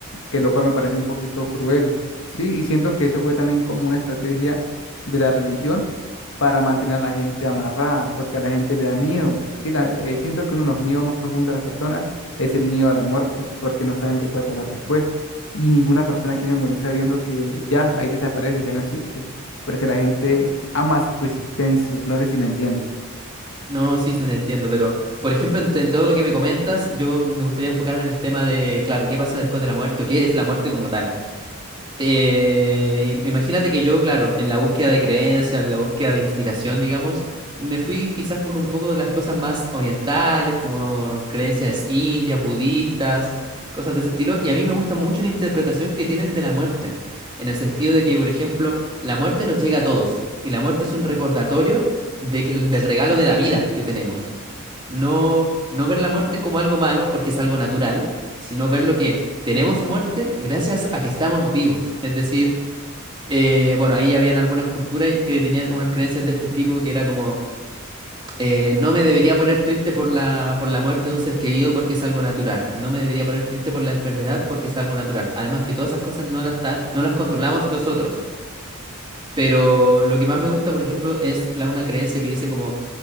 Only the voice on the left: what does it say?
que lo cual me parece un poquito cruel, ¿sí? Y siento que eso fue también como una estrategia de la religión para mantener a la gente amarrada, porque a la gente le da miedo, ¿sí? La- eh, siento que uno de los miedos más profundos de las personas es el miedo a la muerte, porque no saben qué puede pasar después, y ninguna persona quiere morir sabiendo que ya, ahí desaparece, ya no existe, porque la gente ama su existencia, no sé si me entiendes.